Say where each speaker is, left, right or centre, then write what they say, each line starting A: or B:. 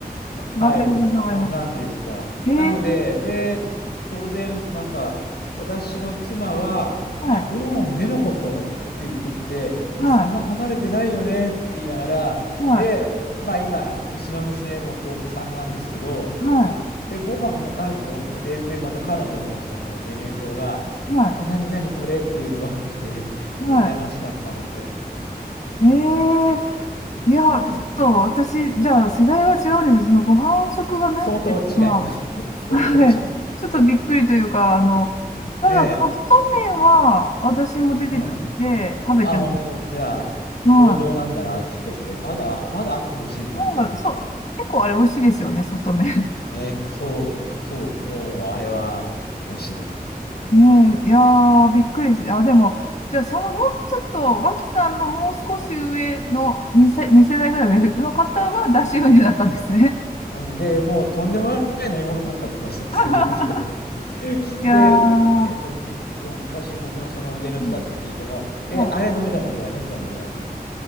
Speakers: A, on the left; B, on the left.
A: わかりますわかります。
B: はい、そんなんでした。
A: ええ
B: なので、で、当然、なんか、私の妻は、
A: はい
B: あ、ご飯出なかったのって言ってきて、え、
A: はい
B: そんな離れてないよねって言いながら、
A: はい
B: で、まあ今、うちの娘も高校さんなんですけど、
A: はい
B: えっと、え、ご飯ないのって、で、で、また彼女のそのメニュー表が、
A: は
B: え、何何これっていうのが多くて、<laughs>
A: いは
B: 羨ましかったのを覚えてます。
A: い。ええいや、
B: うん、
A: ちょっと私、じゃあ世代が違うんです。そのご飯食がないっていうのは、
B: 相当違います。<laughs> 相当違うと思います。
A: はい。ちょっとびっくりというか、あの、
B: <laughs>
A: ただソフト麺は私も出てたんで、
B: ねえ。うん。
A: 食べても、
B: あ、本当。じゃあ、
A: はい。
B: 王道なんだな、きっとそれ。まだ、まだあってほしい感じがするけど。
A: まあ、そ、結構あれ美味しいですよね、ソフト麺。
B: ね、そう、そう、もうあれは美味しいです。
A: ねえ、いやー、びっくりして。あ、でも、じゃあ、そのもうちょっと、脇さんのもう少し上の2世、二世代ぐらいの上の方は、出し運輸だったんですね。
B: うん。うん、で、もうとんでもない飲み物だったって言ってましたね、
A: <laughs>
B: そういえばそれ。<laughs> 聞く、
A: いや
B: で、えっと、
A: ー、
B: むそう、昔僕のその上の人たちに聞いても、
A: うん
B: え、
A: は
B: あれ飲めたもんじゃない、飲めたもんじゃないって